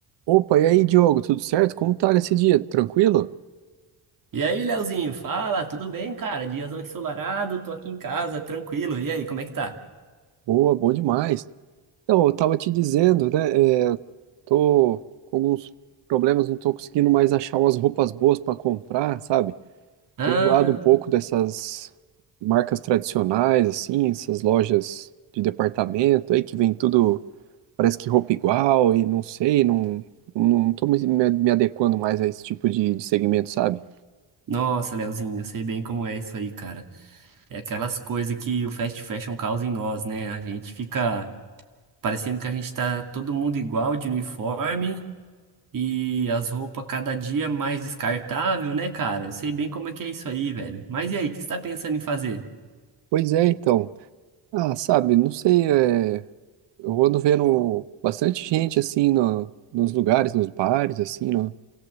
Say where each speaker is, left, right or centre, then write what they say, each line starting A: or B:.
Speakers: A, on the right (about 85°); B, on the right (about 50°).
A: Opa, e aí, Diogo, tudo certo? Como tá nesse dia? Tranquilo?
B: E aí, Leozinho, fala, tudo bem, cara? Diazão ensolarado, tô aqui em casa, tranquilo. E aí, como é que tá?
A: Boa, bom demais. Então, eu tava te dizendo, né? é, tô com alguns problemas, não tô conseguindo mais achar umas roupas boas para comprar, sabe?
B: Ah,
A: Tô enjoado um pouco dessas marcas tradicionais, assim, essas lojas de departamento aí que vem tudo, parece que roupa igual e não sei, não, não tô me, me me adequando mais a esse tipo de, de segmento, sabe?
B: nossa, Leozinho, eu sei bem como é isso aí, cara. É aquelas coisas que o fast fashion causa em nós, né? A gente fica parecendo que a gente tá todo mundo igual de uniforme e as roupas cada dia mais descartável, né, cara? Eu sei bem como é que é isso aí, velho. Mas e aí, o que você tá pensando em fazer?
A: Pois é, então. Ah, sabe, não sei, é. Eu ando vendo bastante gente assim no, nos lugares, nos bares, assim, no,